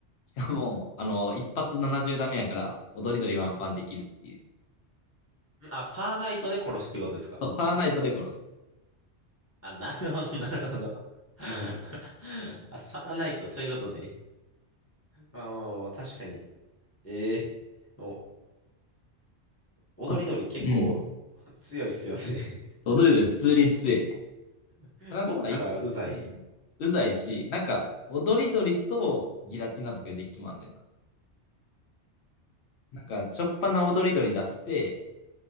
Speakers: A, on the left; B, on the left.
A: もう、あの、一発70ダメやから、踊り鳥ワンパンできるっていう。
B: あ、サーナイトで殺すってことですか。
A: そう、サーナイトで殺す。
B: あ、なるほど、<laughs> なるほど。<laughs> あ、サーナイト、そういうことね。まあまあまあ、確かに。ええもう、踊り鳥結構
A: あ、うん。
B: 強いっすよね。
A: 踊り鳥普通に強い。
B: <laughs>
A: ただでもな、
B: おったらうざい。
A: 一、うん。うざいし、なんか、踊り鳥とギラティナとかでデッキもあんねんな。なんか、しょっぱな踊り鳥出して、